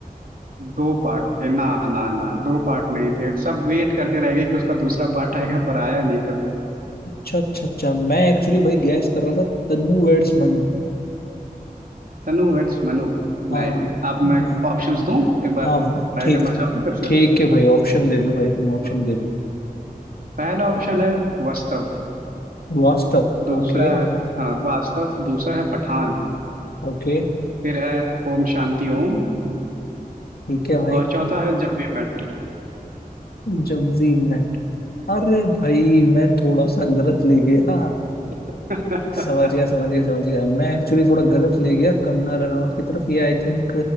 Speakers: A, on the right; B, on the left.
A: दो पार्ट थे ना ना ना दो पार्ट नहीं थे सब वेट करते रह गए कि उसका दूसरा पार्ट आएगा पर आया नहीं कभी
B: अच्छा अच्छा अच्छा मैं एक्चुअली भाई गैस कर रहा था तन्नू वेड्स मनु
A: तनु वेट्स मनु
B: हाँ
A: नहीं नहीं आप
B: न-
A: मैं ऑप्शंस दूं एक बार
B: हाँ
A: ट्राई
B: ठीक
A: करना चाहोगे फिर
B: ठीक
A: से
B: है भाई ऑप्शन दे दो भाई तुम ऑप्शन
A: तो
B: दे दो
A: पहला ऑप्शन है वास्तव
B: वास्तव
A: दूसरा
B: ओके
A: है हाँ वास्तव दूसरा है पठान
B: ओके
A: फिर है ओम शांति ओम
B: ठीक है भाई
A: और चौथा है जब वी मेट
B: Jab We Met अरे भाई मैं थोड़ा सा गलत ले गया हाँ,
A: अ, <laughs>
B: समझ गया समझ गया समझ गया मैं एक्चुअली थोड़ा गलत ले गया कंगना रनावत की तरफ ये आई थिंक